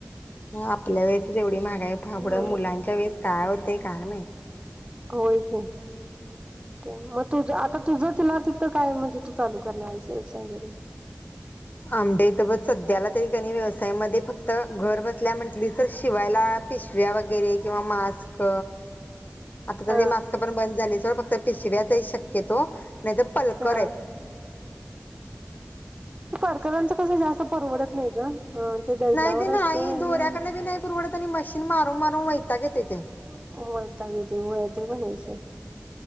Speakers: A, on the left (about 40°); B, on the right (about 25°).
A: ह आपल्या वेळेसच एवढी महागाई पहा
B: हम्म
A: पुढ मुलांच्या वेळेस काय हो काय माहित
B: होय की मग तुझ आता तुझ तिला तिथं काय म्हणजे तू चालू करणार आहेस व्यवसाय घरी
A: आंबे तर ब सध्याला तरीनी व्यवसायामध्ये फक्त घर बस म्हटल तर शिवायला पिशव्या वैगरे गैरे किंवा मास मास्क आता
B: हा
A: त मास्क पण बंद झा फक्त पिशव्याचाही शक्यतो नाही तर पलकर
B: हा
A: आहे
B: ती परकरांचं कसं जास्त परवडत नाही गं, ह आणि ते डजनावर
A: नाही ते नाही
B: असते आणि
A: दोऱ्याकडनं बी नाही पुरवडत आणि मशीन मारून मारून वैताग येते.
B: <unintelligible>